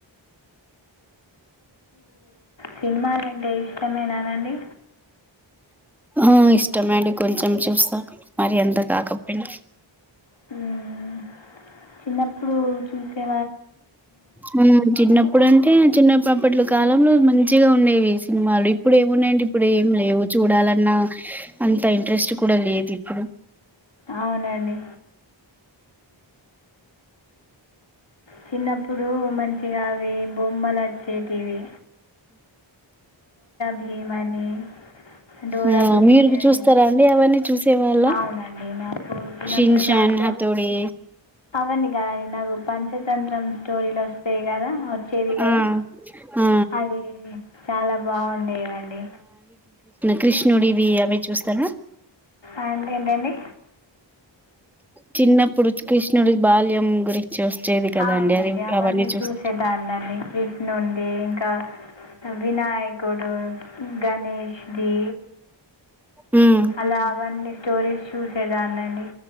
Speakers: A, on the left; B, in the centre.
A: సినిమాలంటే ఇష్టమేనానండి
B: ఆ ఇష్టమే అండి కొంచెం చూస్తా మరి అంత కాకపోయినా
A: హ్మ్. చిన్నప్పుడు చూసా
B: మ్మ్ చిన్న ఇప్పుడుంటే చిన్నప్పట్లో అప్పట్లో కాలంలో మంచిగా ఉండేవి సినిమాలు. ఇప్పుడు ఏమున్నాయంటే ఇప్పుడు ఏం లేవు చూడాలన్నా అంత ఇంట్రెస్ట్ కూడా లేదు ఇప్పుడు
A: అవునండి చిన్నప్పుడు మంచి గా అవి బొమ్మలు అచ్చేటివి భీమ్' అని, 'డోరా
B: ఆ
A: బుజ్జి'
B: మీరు
A: అని.
B: చూస్తారా అండి అవన్నీ చూసేవాళ్ళ
A: అవునండి నాకు చిినప్పుడు
B: షిన్షాన్
A: దాంట్లో
B: హతోడి
A: అవండి కాదండి నాకు పంచ తంత్రం స్టోరీలు వస్తాయి కదా వచ్చేది కదా
B: ఆ ఆ
A: అది చాలా బాగుండేవండి
B: కృష్ణుడి ఇవి అవి చూస్తారా
A: అ అండి ఏంటండి
B: చిన్నపుడు కృష్ణుడి బాల్యం గురించి వచ్చేది కదండి
A: అవునండి
B: అది
A: అవన్నని
B: అవన్నీ చూస్త
A: చూసేదాన్నిండి కృష్ణుంది కా వినాయకుడు గణేష్ ది
B: ఉమ్,
A: అలా అవన్నీ స్టోరీస్ చూసేదన్నండి